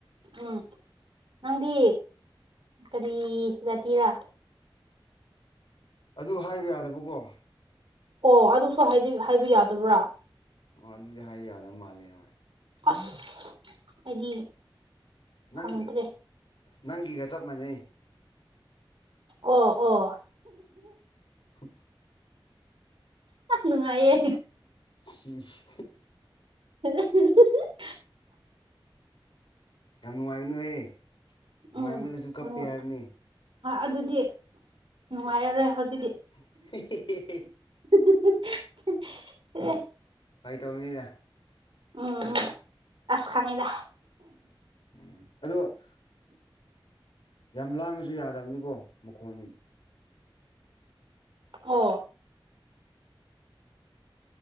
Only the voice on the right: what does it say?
ꯎꯝ ꯅꯪꯗꯤ ꯀꯔꯤ ꯖꯥꯇꯤꯔꯥ
ꯑꯣ ꯑꯗꯨꯁꯨ ꯍꯥꯏꯗꯤ ꯍꯥꯏꯕ ꯌꯥꯗꯕ꯭ꯔꯥ
ꯑꯁ ꯑꯩꯗꯤ
ꯈꯪꯗ꯭ꯔꯦ
ꯑꯣ ꯑꯣ
ꯌꯥꯝ ꯅꯨꯡꯉꯥꯏꯌꯦ
<unintelligible>
ꯎꯝ
ꯎꯝ
ꯑꯗꯨꯗꯤ ꯅꯨꯡꯉꯥꯏꯔꯔꯣꯏ ꯍꯧꯖꯤꯛꯇꯤ
<unintelligible>
ꯎꯝ ꯎꯝ ꯑꯁ ꯈꯪꯉꯤꯗ
ꯑꯣ